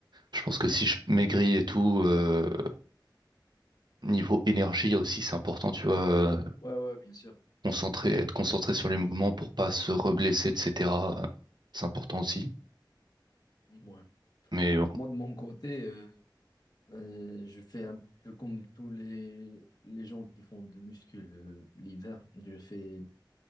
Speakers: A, on the right; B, on the left.
A: je pense que si je maigris et tout, euh, niveau énergie aussi, c'est important, tu vois, euh,
B: ouais, ouais, bien sûr.
A: concentrer, être concentré sur les mouvements pour pas se reblesser, etc. euh, C'est important aussi.
B: Ouais.
A: Mais bon,
B: Moi, de mon côté, euh, euh, je fais un peu comme tous les, les gens qui font de muscu euh, l'hiver. Je fais